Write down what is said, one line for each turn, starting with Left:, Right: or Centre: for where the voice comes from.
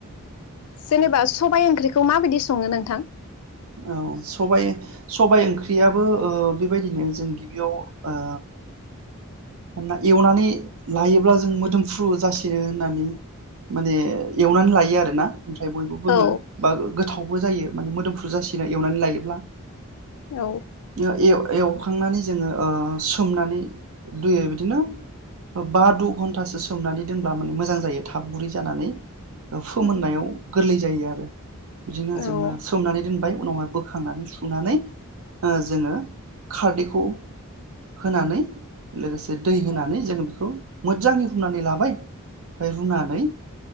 Left: जेनेबा सबाय ओंख्रिखौ माबायदि सङो नोंथां?
Right: औ सबाइ सबायाइ ओंख्रियाबो ओ बेबायदिनो जों गिबियाव ओ मानोना एवनानै लायोब्ला जों मोदोमफ्रु जासिनो होननानै माने एवनानै लायो आरो ना ओमफ्राय बयबो बुङो
Left: औ
Right: बा गोथाव बो जायो माने मोदोमफ्रु जासिनो एवनानै लायोब्ला
Left: औ
Right: ओ एव एवखांनानै जोङो ओ सोमनानै दैयाव बिदिनो बा द घन्टासो सोमनानै दोनब्ला माने मोजां जायो थाब गुरै जानानै ओ फोमोननायाव
Left: औ
Right: गोरलै जायो आरो बिदिनो
Left: औ
Right: जोङो सोमनानै दोन उनावहाय बोखांनानै सुनानै ओ जोङो खारदैखौ होनानै लोगोसे दै होनानै जोङो बेखौ मोजाङै रुनानै लाबाय ओमफ्राय रुनानै